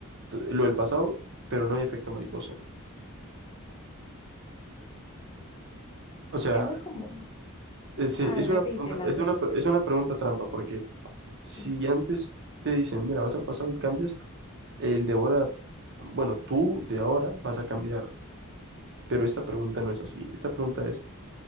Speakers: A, on the right; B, on the left.
A: t- lo del pasado, pero no hay efecto mariposa. O sea,
B: Eso es como.
A: es,
B: A
A: es
B: ver, repítela,
A: una pregunta, es
B: repítela.
A: una, pre- es una pregunta trampa, porque si
B: Sí,
A: antes te dicen, mira, vas al pasado y cambias, el de ahora, bueno, tú de ahora vas a cambiar, pero esta pregunta no es así. Esta pregunta es,